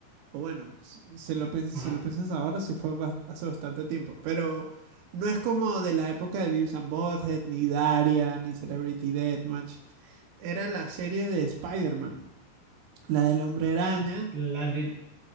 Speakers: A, on the right; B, on the right.
A: O bueno, si si lo, piens-
B: Ajá.
A: si lo piensas ahora, sí fue bas- hace bastante tiempo, pero no es como de la época de Beavis and Butthead, ni Daria, ni Celebrity Deathmatch. Era la serie de Spider-Man, la del Hombre Araña.
B: La de,